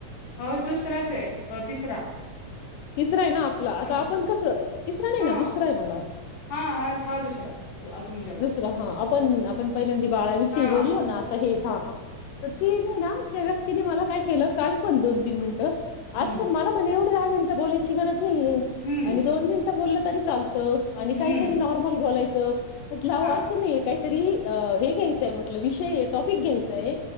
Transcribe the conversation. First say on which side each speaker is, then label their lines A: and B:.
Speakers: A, on the left (about 55°); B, on the left (about 85°).
A: अहो दुसराच आहे. अ तिसरा
B: तिसरा आहे ना आपला आता
A: हा
B: आपण कसं तिसरा नाही
A: हा
B: ना दुसरा आहे मला,
A: हा हा हा दुसरा तुमच्या बरोबर
B: दुसरा हा आपण आपण पहिल्यांदि बाळाविषयी
A: हा
B: बोललो ना आता हे हा हा. तर ती नाही ना त्या व्यक्तीने मला काय केलं काल पण दोन तीन मिनिटं
A: हम्म
B: आज पण मला म्हणे दहा मिन बोलायची गरज नाही
A: हम्म
B: आणि दोन मिनिट बोललं तर तरी चाल तं आणि
A: हम्म
B: काहीतरी नॉर्मल बोलायचं म्हंटल्याव
A: हा
B: असं नाही काहीतरी अ हे घ्यायचंय म्हटलं, विषय टॉपिक घ्यायचाय